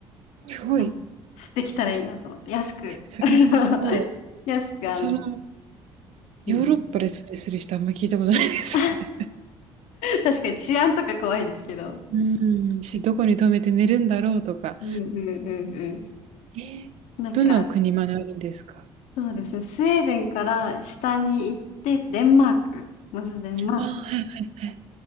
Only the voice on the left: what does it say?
あの、してきたらいいなと思って、安く、
<laughs> 安く、あの、
うん。
<laughs>
確かに治安とか怖いですけど。
うんうんうんうん。
なんか、そうですね。スウェーデンから下に行って、デンマーク。まずデンマーク。